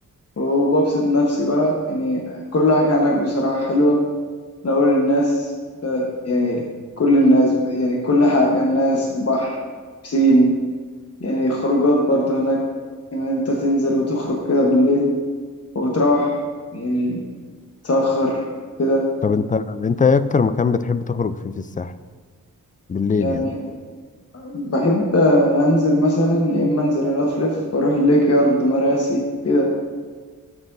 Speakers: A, on the left (about 45°); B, on the left (about 25°).
A: وببسط نفسي بقى يعني كل حاجة هناك بصراحة حلوة نقول الناس آه، يعني كل الناس يعني كل حاجة الناس البحر بسين يعني خروجات برضو هناك إن يعني أنت تنزل وتخرج كده بالليل وبتروح يعني تأخر كده
B: طب انت انت ايه اكتر مكان بتحب تخرج فيه في الساحل بالليل
A: يعني
B: يعني
A: بحب آه، أنزل مثلا يا إما أنزل ألفلف وأروح ليك يارد مراسي كده